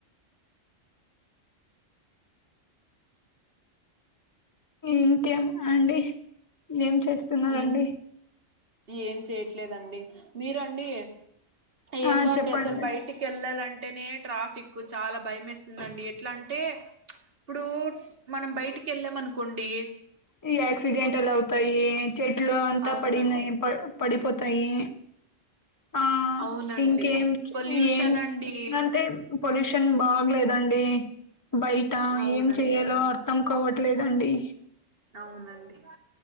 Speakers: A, on the left; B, on the right.
A: ఇంకేం అండి ఏం చేస్తున్నారండి.
B: ఇం ఏం చేయట్లేదండి, మీరండి. ఏందో
A: ఆ చెప్పండి
B: అండి అసలు బయటికి వెళ్ళాలె వెంటనే ట్రాఫిక్ చాలా భయం ఎస్తుందండి, ఎట్లా అంటే ఇప్పుడు మనం బయటికి వెళ్ళాం అనుకోండి,
A: ఈ యాక్సిడెంటల్ అవుతాయి, చెట్లు అంతా
B: అవునండి
A: పడినయి పడి పడిపోతాయి. ఆ
B: అవునండి
A: ఇంకేం ఏం
B: పొల్యూషన్
A: ఏం
B: అండి
A: అంటే పొల్యూషన్ బాగ్లేదండి బయట
B: అవునండి
A: ఏం చెయాలో అర్థం కావట్లేదండి.
B: అవునండి.